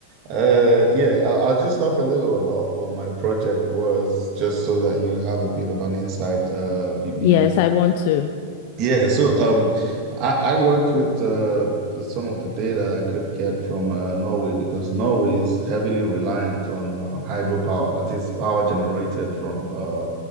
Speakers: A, on the right; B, on the left.
A: uh, yeah, I, I'll just talk a little about what my project was, just so that you have a bit of an insight uh, be, be,
B: Yes, I want to.
A: yeah, so um, I, I worked with uh, some of the data I could get from uh, Norway because Norway is heavily reliant on uh, hydropower, that is power generated from uh,